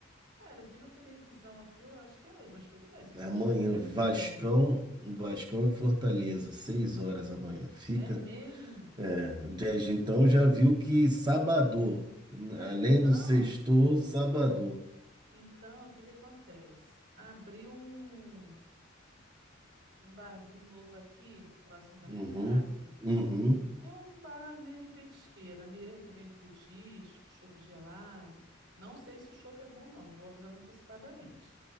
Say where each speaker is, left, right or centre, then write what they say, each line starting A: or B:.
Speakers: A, on the right (about 65°); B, on the right (about 20°).
A: Cara, eu vi na televisão aqui, eu acho que é hoje, mas tudo bem, se você
B: Amanhã,
A: tá dizendo
B: Vascão,
A: que é amanhã.
B: Vascão e Fortaleza, seis horas amanhã. Fica.
A: É mesmo?
B: É, desde então já viu que sábado,
A: Ah,
B: além
A: então,
B: do sextou, sábado.
A: então, o que que acontece? Abriu um, um barzinho novo aqui, próximo da minha
B: Uhum,
A: casa.
B: uhum.
A: É um bar, né, e petisqueira, né, que vende petisco, chopp gelado. Não sei se o chopp é bom, não, já vou avisando antecipadamente.